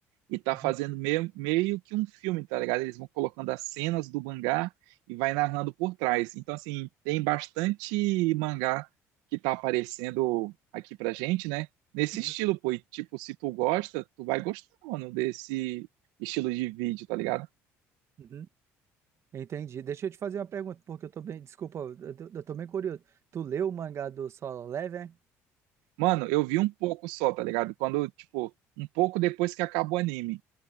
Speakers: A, on the right; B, on the right.
A: e tá
B: uhum,
A: fazendo meio, meio que um filme, tá ligado? Eles vão colocando as cenas do mangá e vai narrando por trás. Então, assim, tem bastante mangá que tá aparecendo aqui pra gente, né? Nesse
B: uhum,
A: estilo, pô. E, tipo, se tu gosta, tu vai gostar, mano, desse estilo de vídeo, tá ligado?
B: uhum. Entendi. Deixa eu te fazer uma pergunta, porque eu tô bem. Desculpa, eu tô, eu tô bem curioso. Tu leu o mangá do Solo Leveling?
A: Mano, eu vi um pouco só, tá ligado? Quando, tipo, um pouco depois que acabou o anime,